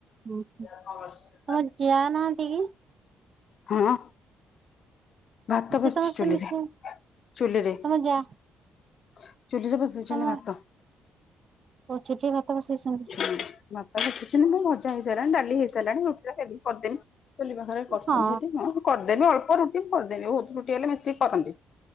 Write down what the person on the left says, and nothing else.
<unintelligible>
ହଁ। ଭାତ
ବସିଛି
ଚୁଲିରେ
ଚୁଲିରେ
ଚୁଲିରେ ବସଉଛନ୍ତି
ଭାତ।
ହ ଭାତ ହସୁଛନ୍ତି ମୁଁ ମଜା ହେଇସାରିଲାଣି ଡାଲି ହେଇସାରିଲାଣି ରୁଟି ଟା ବେଲିକି କରିଦେବି। ଚଲିବା ଘରେ କରୁଛନ୍ତି
ହେଠି <unintelligible> କରିଦେବି ଅଳ୍ପ ରୁଟି କରିଦେମି ବହୁତ ରୁଟି ହେଲେ ମିଶିକି କରନ୍ତି